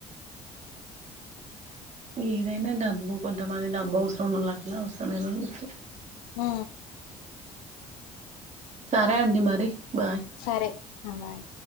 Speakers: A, on the right; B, on the left.
A: ఏదైనా డబ్బు కొంతమంది డబ్బు అవసరం వాళ్ళు అట్లా అవసరం లేని వాళ్ళు ఇట్ల
B: మ్
A: సరే అండి మరి బాయ్
B: సరే బాయ్